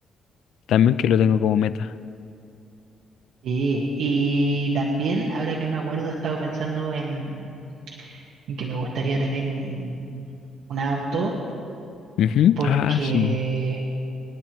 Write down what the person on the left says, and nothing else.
también que lo tengo como meta.
Ujú.
Ah, sí,